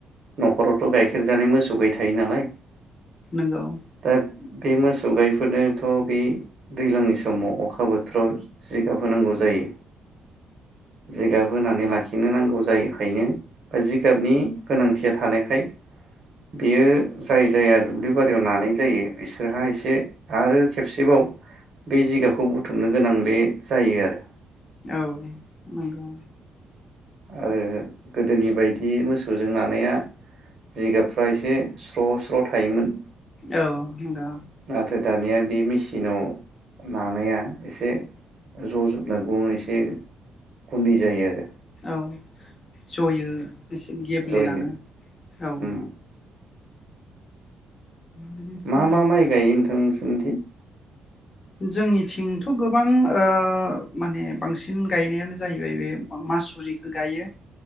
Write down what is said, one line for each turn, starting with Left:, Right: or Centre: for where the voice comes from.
Right: नखरावथ' गाइखेर जानाय मोसौ गाय थायो नालाय।
Left: नोंगौ।
Right: दा बे मोसौ गायफोरनोथ' बे दैलांनि समाव अखाबो थोराव जिगाब होनांगौ जायो जिगाब होनानै लाखिनो नांगौ जायोखायनो बा जिगाबनि गोनांथिया थानायखाय बेयो जायो जाया दुब्लिबारियाव नानाय जायो इसोरहा इसे आरो खेबसेबाव बै जिगाबखौ बु थुमनो गोनां बे जायो आरो।
Left: औ नंगौ।
Right: आरो गोदोनि बायदि मोसौजों नानाया जिगाबफ्रा एसे स्र' स्र' थायोमोन।
Left: औ नंगौ।
Right: नाथाय दानिया बे मेसिनाव नानाया एसे <unintelligible> एसे गुन्दै जायो आरो।
Left: औ जयो। एसे गेब्लेलाङो
Right: जयो
Left: औ।
Right: उम
Left: बिदिनोसै
Right: मा मा माइ गायो नोंथां <unintelligible>
Left: जोंनिथिंथ' गोबां ओ माने बांसिन गायनायानो जाहैबाय बे मासुरिखौ गायो।